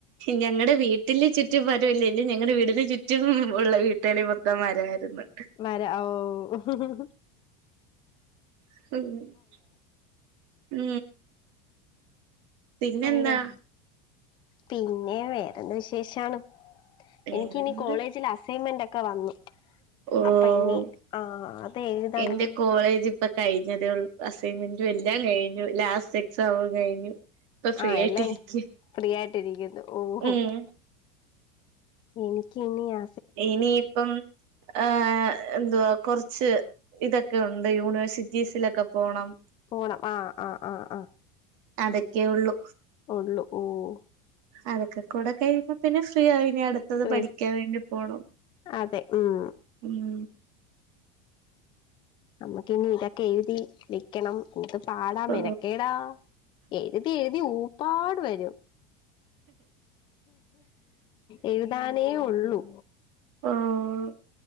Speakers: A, on the right; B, on the left.
A: ഞങ്ങടെ വീ ട്ടില് ചുറ്റും മരം ഇല്ലേനി നിങ്ങടെ വീടിന് ചുറ്റും ഉള്ള വീട്ടില് മൊത്തം മരയായിരുന്നു
B: മര ഓഹ്
A: <unintelligible> ഉം പിന്നെന്താ
B: അങ്ങനെയാ പിന്നെ വേറെന്ത് വിശേഷാണ്
A: വേറെന്ത്
B: എനിക്കിനി കോളേജില് അസൈമെന്റൊക്കെ വന്നു
A: ഓഹ്
B: അപ്പൊ ഇനി ആ അത് എഴുതണം
A: ഇന്റെ കോളേജ് ഇപ്പ കഴിഞ്ഞതേള്ളു അസൈമെന്റും എല്ലാം കഴിഞ്ഞു ലാസ്റ്റ് എക്സാമും കഴിഞ്ഞു ഇപ്പൊ ഫ്രീ
B: ആഹ്
A: ആയിട്ടിരിക്ക
B: എല്ലാം ഫ്രീയായിട്ടിരിക്ക്യുന്നു ഓഹ്
A: ഉം
B: എനിക്ക്യ് ഇനിയാ
A: ഇനിയിപ്പം ആഹ് എന്തുവാ കൊറച്ച് ഇതൊക്കെ ഉണ്ട് യൂണിവേഴ്സിറ്റീസിലൊക്കെ പോണം
B: പോണം ആഹ് ആഹ് ആഹ് ആഹ്
A: അതൊക്കെയുള്ളു
B: ഉള്ളു ഓഹ്
A: അതൊക്കെ കൂടെ കഴിയുമ്പോ പിന്നെ ഫ്രീയായി ഇനി അട്ത്തത്
B: വേ
A: പഠിക്ക്യാൻ വേണ്ടി പോണം
B: അതെ ഉം
A: ഉം
B: അമ്മക് ഇനി ഇതൊക്കെ എഴുതി വെ ക്ക്യണം എന്ത് പാടാ
A: ഓ
B: മെനക്കേടാ എഴുതി എഴുതി ഊപ്പാട് വരും എഴുതാനേ ഉള്ളു
A: ആഹ്